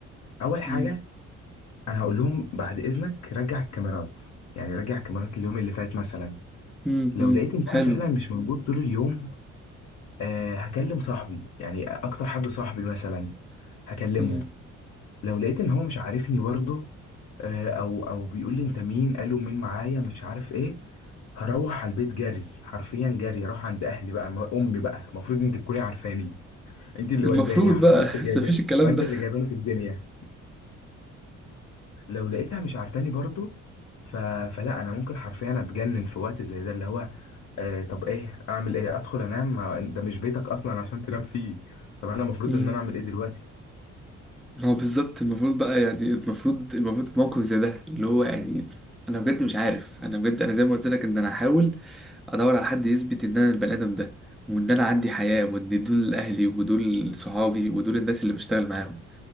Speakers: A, on the left (about 60°); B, in the centre.
A: اول حاجه
B: مم،
A: انا هقول لهم بعد اذنك رجع الكاميرات يعني رجع الكاميرات اليوم اللي فات مثلا
B: مم،
A: لو
B: مم،
A: لقيت ان
B: حلو
A: انا فعلا مش موجود طول اليوم آه هكلم صاحبي يعني اكتر حد صاحبي مثلا هكلمه
B: مم.
A: لو لقيت ان هو مش عارفني برضه آه، او او بيقول لي انت مين قالوا مين معايا مش عارف ايه هروح على البيت جري حرفيا جري اروح عند اهلي بقى م- امي بقى المفروض انت تكوني عارفاني انت اللي
B: المفروض
A: والداني حرفيا
B: بقى
A: انت
B: <laughs>
A: اللي
B: بس
A: جايباني
B: مفيش الكلام
A: انت
B: ده
A: اللي جايباني في الدنيا لو لقيتها مش عارفاني برضه ف... فلا انا ممكن حرفيا اتجنن في وقت زي ده اللي هو آه طب ايه اعمل ايه ادخل انام ما- ده مش بيتك اصلا عشان تنام فيه طب انا المفروض
B: مم.
A: ان انا اعمل ايه دلوقتي
B: ما هو بالظبط المفروض بقى يعني المفروض المفروض في موقف زي ده اللي هو يعني انا بجد مش عارف انا بجد انا زي ما قلت لك ان انا هحاول ادور على حد يثبت ان انا البني ادم ده وان انا عندي حياه وان دول اهلي ودول صحابي ودول الناس اللي بشتغل معاهم